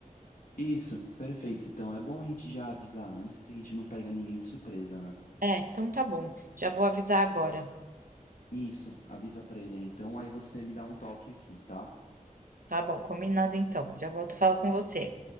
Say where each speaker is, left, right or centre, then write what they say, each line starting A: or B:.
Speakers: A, on the left; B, on the right.
A: Isso, perfeito. Então é bom a gente já avisar antes, porque a gente não pega ninguém de surpresa, né?
B: É, então tá bom. Já vou avisar agora.
A: Isso, avisa pra ele aí. Então aí você me dá um toque aqui, tá?
B: Tá bom, combinado então. Já volto a falar com você.